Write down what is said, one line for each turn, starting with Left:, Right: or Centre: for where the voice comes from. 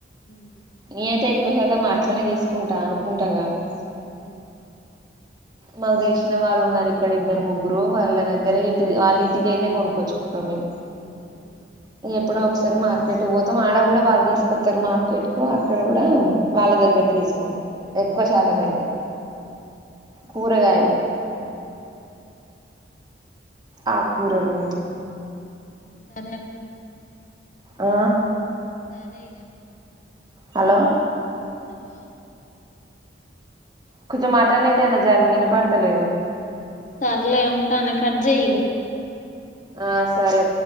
Left: ఉమ్
Right: ఏతే ఎ శాతం అట్లనే తీసుకుంటా అనుకుంటా కానీ
Left: హ
Right: మాకు తెలిసిన వాళ్ళు ఉన్నారు ఇక్కడ ఇద్దరు ముగ్గురు వాళ్ళ దగ్గర ఇంటి వాళ్ళ ఇంటికి వెళ్ళి కొనుక్కొచ్చుకుంటాం మేము
Left: ఉమ్
Right: ఏప్పుడ మార్కెట్ పోతాం ఆడ కూడా వాళ్ళు తీసుకొస్తారు మార్కెట్ కు అక్కడ కూడా వాళ్ళ దగ్గరనే తీసుకుంటాం ఎక్కువ శాతం అయితే కూరగాయలు
Left: సరే
Right: ఆ కూూరలుట్లో
Left: సరేక్క
Right: ఆ
Left: సరేగా
Right: హలో
Left: హలో
Right: కొంచెం మాటన్నిటనా జారు వినపడతలేదు
Left: సర్లే ఉంటా కట్ చేయక
Right: ఆ సరే